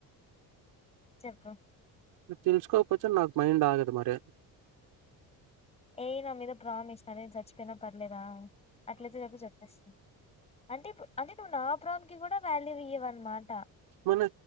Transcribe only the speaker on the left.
చెప్పు
ఏయ్ నా మీద ప్రామిస్ అదేన్ సచ్చిపోయినా పర్లేదా అట్లతే చెప్పు చెప్పేస్తాను అంటిప్పు అంటే నువ్వు నా ప్రాం కి కూడా వాల్యూ ఇయ్యవనమాట